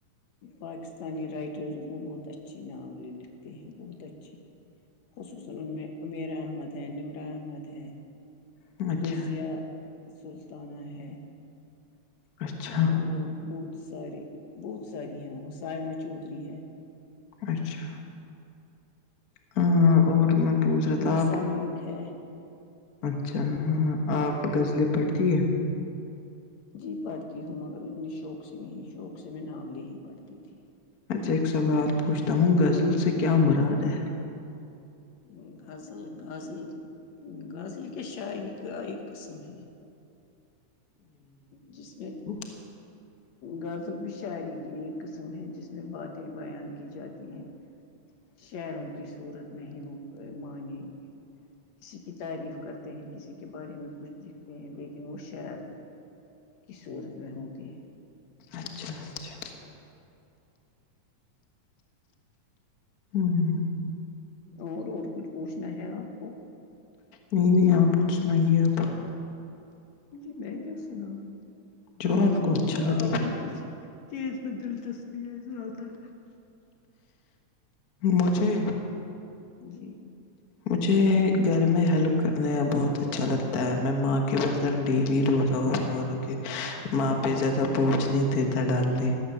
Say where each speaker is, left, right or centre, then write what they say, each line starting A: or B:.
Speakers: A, on the left; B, on the left.
A: پاکستانی ریٹرز اسکو بہت اچ اچھی ناول لکھتے ہیں بہت اچھی خصوصا ام عمیر احمد ہے نمرا احمد ہے
B: ہے اچھا
A: رضیہ سلطانہ ہے
B: اچھا
A: اور بہت ساری بہت ساری ہیں وہاں سائما چودھری ہے
B: اچھا ہ اور میں پوچھ رہا
A: انیسہ
B: تھا آپ
A: ملک ہے
B: اچھا ہاں آپ غزلیں پڑھتی ہے
A: جی پڑھتی ہوں مگر اتنی شوق سے نہیں شوق سے میں ناولیں ہی پڑھتی تھی
B: اچھا ایک سوال پوچھتا ہوں غزل سے کیا مراد ہے
A: تھی غزل غزل غزل کے شاعری کا ایک قسم ہے جس میں
B: ہ
A: غزل بھی شاعری کی ایک قسم ہے جس میں باتیں بیان کی جاتی ہیں
B: <inaudible>
A: شعروں کی صورت میں ہی وہ معنی کسی کی تعریف کا ہیں کسی کے بارے میں کچھ لکھتے ہیں لیکن وہ شعر کی صورت میں ہوتی ہے
B: اچھا اچھا ہوں
A: اور اور کچھ پوچھنا ہے آپ کو
B: نہیں نہیں آپ کچھ سنائے اب
A: جی میں کیا سناوں
B: جو
A: آپ سنایے
B: کو اچھا
A: آپ
B: لگے
A: کو کس چیز میں دلچسپی ہے زیادہ
B: مجھے
A: جی
B: مجھے گھر میں ہیلپ کرنے بہت اچھا لگتا ہے میں ماں کے بہت ڈیلی دھوتا ہوں مہمانوں کے ماں پہ زیادہ بوچھ نہیں دیتا ڈال دی